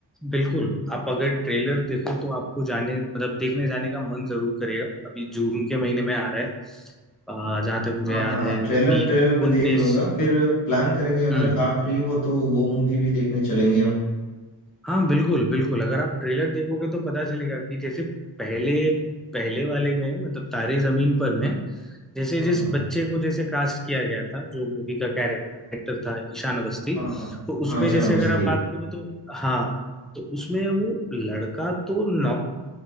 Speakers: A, in the centre; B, on the left.
A: बिल्कुल आप अगर ट्रेलर देखो तो आपको जाने मतलब देखने जाने का मन जरूर करेगा अभी जून के महीने में आ रहा है जहां तक मुझे
B: हाँ
A: याद
B: हाँ
A: है
B: ट्रेलर
A: बी
B: ट्रेलर में
A: उन्नीस
B: देख लूंगा फिर प्लान करेंगे अगर
A: हम्म
B: आप फ्री हो तो वो मूवी भी देखने चलेंगे हम
A: हाँ बिल्कुल बिल्कुल अगर आप ट्रेलर देखोगे तो पता चलेगा कि जैसे पहले पहले वाले में मतलब तारे जमीन पर में जैसे
B: हाँ
A: जिस
B: हाँ
A: बच्चे को जैसे कास्ट किया गया था जो मूवी का कैरेक्टर था ईशान अवस्थी
B: हाँ हाँ
A: तो
B: हाँ
A: उसमें
B: ईशान
A: जैसे
B: अवस्थी
A: अगर आप बात करो तो हाँ तो उसमें वो लड़का तो नौ